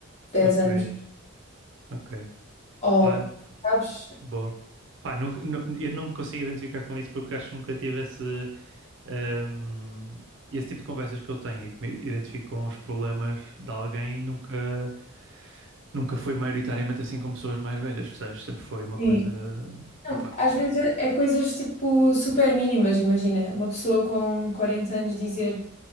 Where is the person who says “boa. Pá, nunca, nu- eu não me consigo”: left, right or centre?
Right